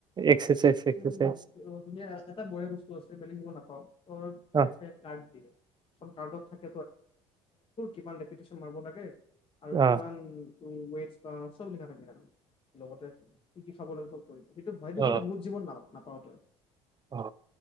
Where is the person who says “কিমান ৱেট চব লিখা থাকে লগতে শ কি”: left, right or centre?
Left